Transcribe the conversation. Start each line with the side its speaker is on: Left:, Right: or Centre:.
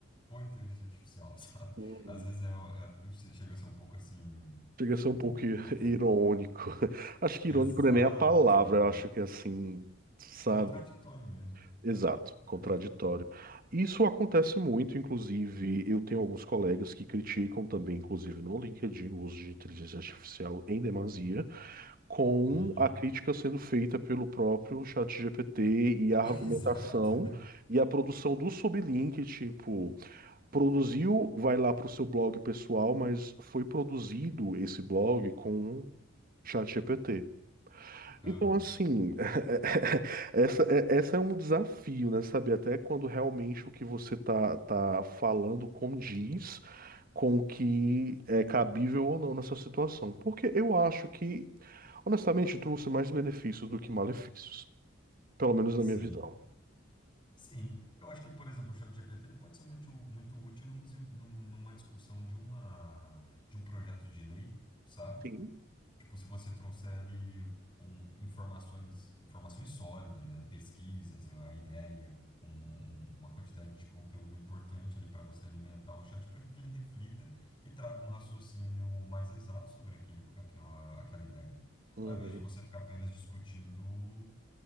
Left: por inteligência artificial, <laughs> sabe?
Right: Uhum.
Left: Às vezes é, é- chega a ser um pouco assim,
Right: Chega a ser um
Left: é,
Right: pouco i- <laughs>
Left: qualquer.
Right: irônico. <laughs> Acho que
Left: Exato,
Right: irônico não é nem a palavra,
Left: exato.
Right: eu acho que é assim, sabe?
Left: Contraditório mesmo.
Right: Exato,
Left: Contraditório.
Right: contraditório. Isso acontece muito, inclusive, eu tenho alguns colegas que criticam também, inclusive no LinkedIn, o uso de inteligência artificial em demasia, com
Left: Uhum.
Right: a crítica sendo feita pelo próprio ChatGPT e a
Left: <laughs>
Right: argumentação
Left: Exato.
Right: e a produção do sublink, tipo, produziu, vai lá para o seu blog pessoal, mas foi produzido esse blog com ChatGPT.
Left: Aham.
Right: Então, assim. <laughs> Essa, é- essa é um desafio, né? Saber até quando realmente o que você tá, tá falando condiz com o que é cabível ou não nessa situação. Porque eu acho que, honestamente, trouxe mais benefícios do que malefícios. Pelo menos
Left: Sim.
Right: na minha visão.
Left: Sim. Eu acho que, por exemplo, o ChatGPT ele pode ser muito, muito útil num desen- num- numa discussão de uma, de um projeto de lei, sabe?
Right: Sim.
Left: Tipo, se você trouxer ali um, informações, informações sólidas, né? Pesquisas, a ideia, um- um- uma quantidade de conteúdo importante ali para você alimentar o chat para que ele reflita e traga um raciocínio mais exato sobre aquele, aquela, aquela ideia.
Right: Uhum,
Left: Ao invés de você ficar apenas discutindo